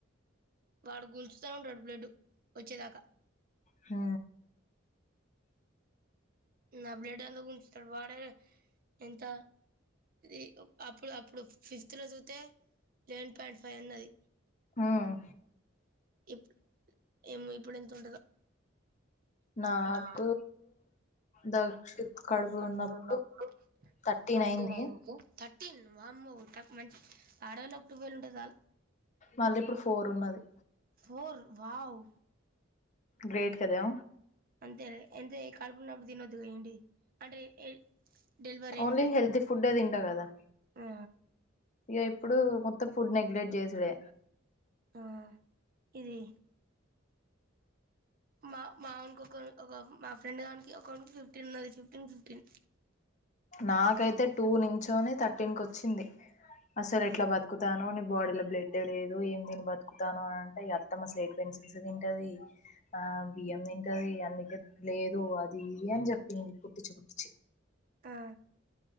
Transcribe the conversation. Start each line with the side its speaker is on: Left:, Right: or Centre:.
Right: వాడు గుంజుతా ఉంటాడు బ్లడ్డు వచ్చేదాకా
Left: హ
Right: నా బ్లెడ్డంత గుంజుతడు వాడే ఎంత ఇ అప్పుడు అప్పు ఇప్పుడు ఫిజికల్ గా చూత్తే లెవెన్ పాయింట్ ఫైవ్ ఉన్నది
Left: ఉమ్
Right: ఇప్పు ఏమో ఇప్పుడు ఎంత ఉంటదో
Left: నాకు
Right: నా
Left: దక్షిత్ కడుపులు
Right: కడుపులో
Left: ఉన్నప్పుడు
Right: నొప్పి
Left: థర్టీన్
Right: థర్టీ
Left: అయింది
Right: నైన్ కి వామ్మో తక్ మంచ్ ఆడోళ్ళకి టువెల్ ఉంటే చాలు
Left: మళ్ళీ ఇప్పుడు ఫోర్ ఉన్నది
Right: ఫోర్ వావ్
Left: గ్రేట్ కదా
Right: అంతే ఎంత కడుపునొప్పి తినొద్దుగా ఏంటి అంటే డెలివరీ
Left: ఓన్లీ
Right: అయినాక
Left: హెల్తీ ఫుడ్ డే తింటా కదా
Right: ఆ
Left: ఇక ఇప్పుడు మొత్తం ఫుడ్ నెగ్లెక్ట్ చేసుడే
Right: ఆ ఇది మా మా కి ఒక ఒక మా ఫ్రెండ్ గనికి ఒకకి ఫిఫ్టీన్ ఉన్నది ఫిఫ్టీన్ ఫిఫ్టీన్
Left: నాకైతే టూ నించోని థర్టీన్ కి వచ్చింది అస్సలు ఎట్లా
Right: ఆహా
Left: బతుకుతానవో నీ బోడీ బ్లడ్ డే లేదు ఏం దీని బతుకుతాను అంటే అత్తమ స్లేట్ పెన్సిల్స్ తింటది ఆ బియ్య బియ్యం తింటది అందుకే లేదు అది ఇది అని చెప్పింది పొట్టి ఇచ్చి పుట్టించి
Right: ఆ